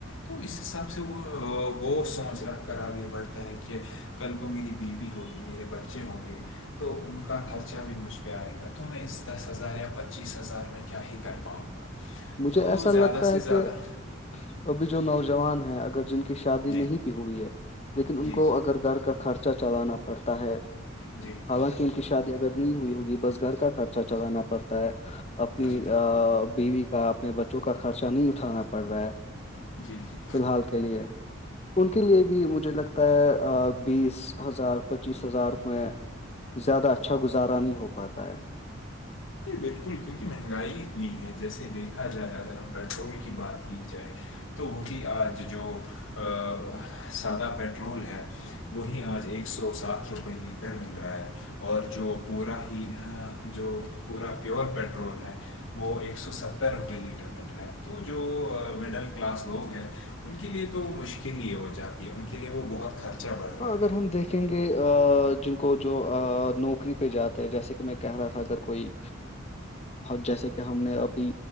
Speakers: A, on the left; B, on the left.
A: تو اس حساب سے وہ بہت سوچ رکھ کر آگے بڑھتا ہے کہ کل کو میری بیوی ہوگی میرے بچے ہوں گے تو ان کا خرچہ بھی مشکل پہ آئے گا تو میں اس دس ہزار یا پچیس ہزار میں کیا ہی کر پاؤں گا
B: مجھے
A: تو
B: ایسا لگتا
A: زیادہ سے
B: ہے کہ
A: زیادہ
B: ابھی جو نوجوان ہیں اگر جن کے شادی
A: جی
B: نہیں بھی ہوئی ہے لیکن ان
A: جی
B: کو
A: جی
B: اگر گھر کا خرچہ چلانا پڑتا ہے
A: جی
B: ہاںا کہ کی شادی اگر نہیں ہوئی ہوگی بس گھر کا خرچہ چلانا پڑتا ہے اپنی
A: جی
B: بیوی کا اپنے بچوں کا خرچہ نہیں اٹھانا پڑ رہا ہے
A: جی جی
B: فی الحال کے لیے ان کے لیے بھی مجھے لگتا ہے بیس ہزار پچیس ہزار میں زیادہ اچھا گزارا نہیں ہو پاتا ہے
A: بالکل کیونکہ مہنگائی اتنی ہے جیسے دیکھا جائے اگر ہم پیٹرول کی بات کی جائے تو وہی آج جو ا سادہ پٹرول ہے وہی آج ایک سو ساٹھ روپئے لیٹر مل رہا ہے اور جو پورا ہی جو پورا پیور پٹرول ہے وہ ایک سو ستر روپئے لیٹر بل رہا ہے تو جو مڈل کلاس لوگ ہیں ان کے لیے تو وہ مشکل ہی ہو جاتی ہے ان کے لیے وہ بہت خرچہ بڑھ
B: ہاں
A: رہا
B: اگر
A: ہے
B: ہم دیکھیں گے جن کو جو نوکری پہ جاتے ہے جیسے کہ میں کہہ رہا تھا اگر کوئی جیسے کہ ہم نے ابھی